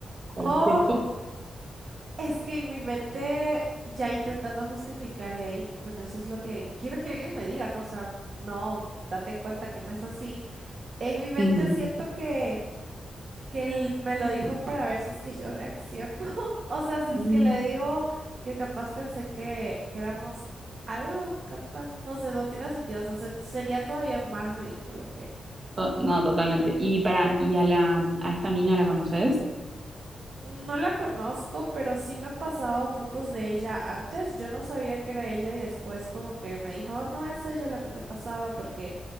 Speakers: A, on the right; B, on the right.
A: Cualquier
B: O
A: cosa.
B: es que en mi mente ya intentando justificar y ahí, bueno, eso es lo que quiero que alguien me diga, ¿no? O sea, no, date cuenta que no es así. En mi mente
A: Ujú.
B: siento que, que él me lo dijo para ver si es que yo reacciono. <laughs> O sea, si es
A: Mm,
B: que le digo que capaz pensé que, que éramos algo, capaz, no sé, no tiene sentido. O sea, se- sería todavía más ridículo
A: to- No, totalmente. Y para, ¿y a la a esta mina la conoces?
B: No la conozco, pero sí me ha pasado fotos de ella antes. Yo no sabía que era ella y después como que me dijo, "Oh, no, es ella la que te pasaba porque